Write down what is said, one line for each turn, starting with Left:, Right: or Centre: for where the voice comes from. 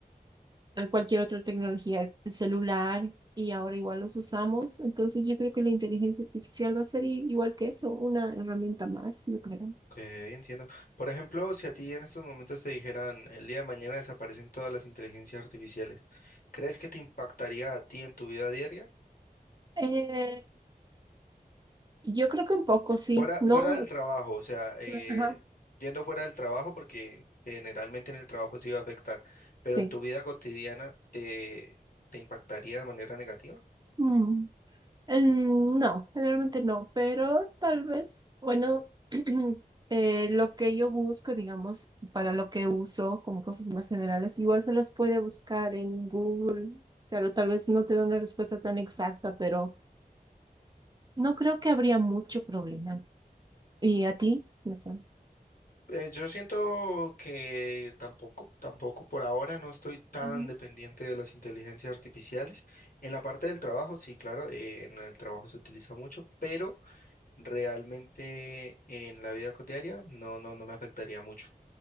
Right: a cualquier otra tecnología, el celular, y ahora igual los usamos. Entonces yo creo que la inteligencia artificial va a ser i- igual que eso, una herramienta más, yo creo.
Left: Ok, entiendo. Por ejemplo, si a ti en estos momentos te dijeran, el día de mañana desaparecen todas las inteligencias artificiales, ¿crees que te impactaría a ti en tu vida diaria?
Right: Eh, yo creo que un poco, sí.
Left: Fuera,
Right: No.
Left: fuera del trabajo, o sea, eh,
Right: Ajá,
Left: yendo fuera del trabajo, porque generalmente en el trabajo sí va a afectar, pero
Right: sí.
Left: en tu vida cotidiana, ¿te, te impactaría de manera negativa?
Right: Mm, mm, No, generalmente no, pero tal vez, bueno, <clears throat> eh, lo que yo busco, digamos, para lo que uso como cosas más generales, igual se las puede buscar en Google. Claro, tal vez no te da una respuesta tan exacta, pero No creo que habría mucho problema. ¿Y a ti? No sé.
Left: Eh, yo siento que tampoco, tampoco por ahora no estoy tan
Right: Ujú.
Left: dependiente de las inteligencias artificiales. En la parte del trabajo, sí, claro, eh, en el trabajo se utiliza mucho, pero realmente en la vida cotidiana no, no, no me afectaría mucho.